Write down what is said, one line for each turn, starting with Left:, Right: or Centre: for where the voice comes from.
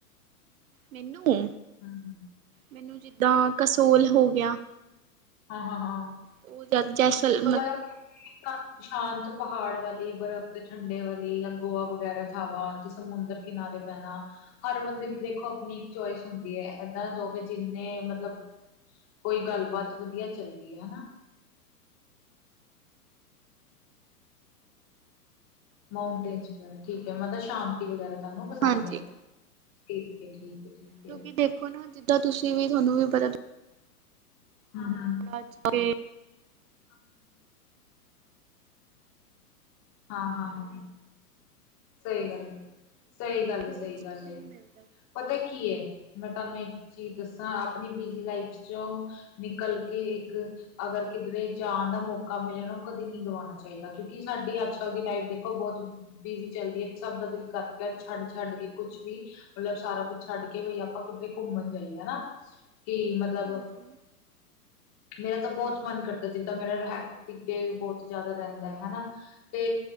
Right: ਮੈਨੂੰ,
Left: ਹੂੰ।
Right: ਮੈਨੂੰ ਜਿੱਦਾਂ ਕਸੋਲ ਹੋ ਗਿਆ।
Left: ਹਾਂ -ਹਾਂ, ਹਾਂ
Right: ਉਹ ਜੈਸਤਲ
Left: ਮਤਲਬ ਸ਼ਾਂਤ ਪਹਾੜ ਵਾਲੀ ਬਰਫ਼ ਤੇ ਠੰਡੇ ਵਾਲੀ ਜਾਂ ਗੋਆ ਵਗੈਰਾ ਥਾਵਾਂ ਸਮੁੰਦਰ ਕਿਨਾਰੇ ਬਹਿਣਾ ਹਰ ਬੰਦੇ ਦੀ ਦੇਖੋ ਆਪਣੀ ਇੱਕ ਚੋਇਸ ਹੁੰਦੀ ਹੈ, ਏਦਾਂ ਦਵੇ ਜਿੰਨੇ ਮਤਲਬ ਕੋਈ ਗੱਲਬਾਤ ਵਧੀਆ ਚੱਲਦੀ ਹੈ ਹਨਾ ਮਾਊਂਟੇਨ ਵਗੈਰਾ ਠੀਕ ਹੈ ਮਤਲਬ ਸ਼ਾਂਤੀ ਵਗੈਰਾ ਤੁਹਾਨੂੰ ਪਸੰਦ
Right: ਹਾਂਜੀ
Left: ਹੈ। ਠੀਕ, ਠੀਕ, ਠੀਕ ਹੈ
Right: ਕਿਉਂਕਿ ਦੇਖੋ ਨਾ ਜਿੱਦਾਂ ਤੁਸੀਂ ਵੀ ਤੁਹਾਨੂੰ ਵੀ ਪਤਾ
Left: <unintelligible>
Right: <unintelligible>
Left: ਹਾਂਜੀ ਹਾਂ ਹਾਂ, ਹਾਂ -ਹਾਂ ਸਹੀ ਗੱਲ ਸਹੀ ਗੱਲ ਏ
Right: ਬਹੁਤ
Left: ਸਹੀ
Right: ਸਕੂਨ
Left: ਗੱਲ ਏ
Right: ਮਿਲਦਾ
Left: ਪਤਾ ਕੀ ਹੈ ਮੈਂ ਤੁਹਾਨੂੰ ਇੱਕ ਚੀਜ਼ ਦੱਸਾਂ, ਆਪਣੀ ਬਿਜ਼ੀ ਲਾਈਫ ਚੋ ਨਿਕਲ ਕੇ ਇੱਕ ਅਗਰ ਕਿਧਰੇ ਜਾਣ ਦਾ ਮੌਕਾ ਮਿਲੇ ਨਾ, ਉਹ ਕਦੇ ਨਹੀਂੀ ਗਵਾਉਣਾ ਚਾਹੀਦਾ, ਕਿਉਂਕਿ ਸਾਡੀ ਅੱਜ ਚਲਦੀ ਲਾਈਫ ਦੇਖੋ ਬਹੁਤ ਬਿਜੀ ਚੱਲਦੀ ਹੈ, ਸਭ ਦਾ ਦਿਲ ਕਰਕੇ ਛੱਡ -ਛੱਡ ਕੇ ਕੁਛ ਵੀ ਮੱਤਲਬ ਸਾਰਾ ਕੁੱਛ ਛੱਡ ਕੇ ਬਈ ਆਪਾਂ ਕਿੱਧਰੇ ਘੁੰਮਣ ਜਾਈਏ ਹਨਾ ਕੀ ਮੱਤਲਬ
Right: ਹਾਂਜੀ
Left: ਮੇਰਾ ਤਾਂ ਬਹੁਤ ਮਨ ਕਰਦਾ ਜਿੱਦਾਂ ਮੇਰਾ ਹੈਕਟ੍ਰਿਕ ਡੇ ਬਹੁੱਤ ਜ਼ਿਆਦਾ ਰਹਿੰਦਾ ਹੈ ਹਨਾ ਤੇ